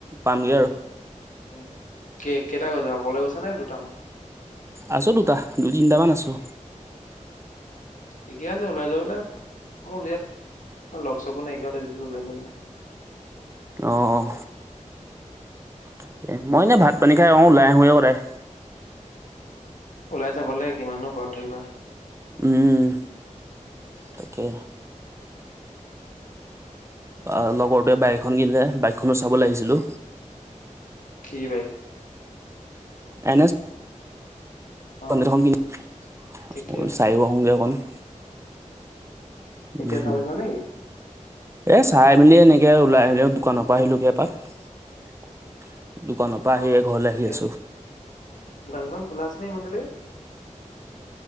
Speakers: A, on the right (about 20°); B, on the left (about 80°).
A: পামগে আৰু।
B: উম ক কেইটা গৈছা অকলে গৈছা নে দুটামান?
A: আছো দুটা দুই তিনটামান আছোঁ।
B: ঠিকে আছে ওলাই যাব মোৰ ইয়াত লগ চগো নাই হ'লে যে কবাত ওলাই যাবলে। <unintelligible>
A: আহঁ। তাকে মই এনে ভাত পানী খাই অ ওলাই আহোঁয়ে সদায়।
B: ওলাই যাব লাগে কিমাননো ঘৰত থাকিবা।
A: উম তাকে। অহ লগৰটোৱে বাইক এখন কিনিলে বাইকখনো চাবলৈ আহিছিলো।
B: কি বাইক?
A: এন এছ
B: অহ
A: ফৌৰ হান্দ্ৰেড কিনিলে,
B: ঠিকে
A: চাইও আহোগৈ অকন।
B: এতিয়া
A: উম
B: চাব যোৱা নাই
A: এ চাই মেলি এনেকে ওলাই আহিলো দোকানৰ পৰা আহিলো গে এপাক দোকানৰ পৰা
B: অহ
A: আহি ঘৰলে
B: ঠিকে
A: আহি আছোঁ।
B: দোকান চোকান খোলা আছে নে ইমান দেৰিলৈকে?